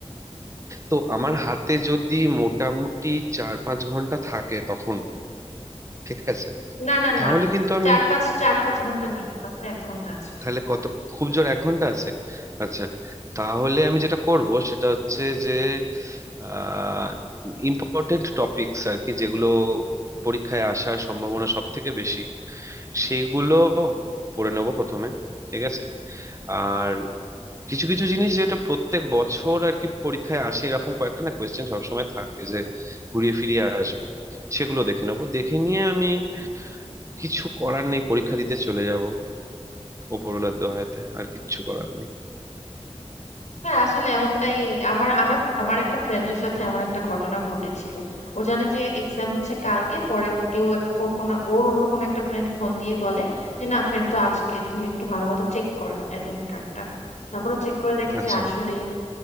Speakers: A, on the right; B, on the left.
A: তো আমার হাতে যদি মোটামুটি চার পাঁচ ঘন্টা থাকে তখন ঠিক আছে
B: না না
A: তাহলে
B: না
A: কিন্তু আমি
B: চার পাঁচ চার পাঁচ ঘন্টা নেই মাত্র এক ঘন্টা আছে
A: তাহলে কত খুব জোর এক ঘন্টা আছে আচ্ছা তাহলে আমি যেটা করব সেটা হচ্ছে যে আহ ইম্পর্টেন্ট টপিকস আর কি যেগুলো পরীক্ষায় আসার সম্ভাবনা সব থেকে বেশি সেইগুলো পড়ে নেব প্রথমে ঠিক আছে আর কিছু কিছু জিনিস যেটা প্রত্যেক বছর আর কি পরীক্ষায় আসে এরকম কয়েকটা না কোয়েশ্চেন সবসময় থাকে যে ঘুরিয়ে ফিরিয়ে আসবে সেগুলো দেখে নেবো দেখে নিয়ে আমি কিছু করার নেই পরীক্ষা দিতে চলে যাব ওপরওয়ালার দোহাইতে আর কিচ্ছু করার নেই
B: হ্যাঁ আসলে এমনটাই আমার আমার আমার একটা ফ্রেন্ডের সাথে এমন একটা ঘটনা ঘটেছিল ও জানে যে এক্সাম হচ্ছে কালকে পরে কেউ এক- ওর কোনো ওর অন্য কোনো একটা ফ্রেন্ড ফোন দিয়ে বলে যে না ফ্রেন্ড তো আজকে তুই একটু ভালো মতো চেক কর অ্যাডমিট কার্ডটা তারপরে চেক করে দেখে
A: আচ্ছা
B: যে আসলেই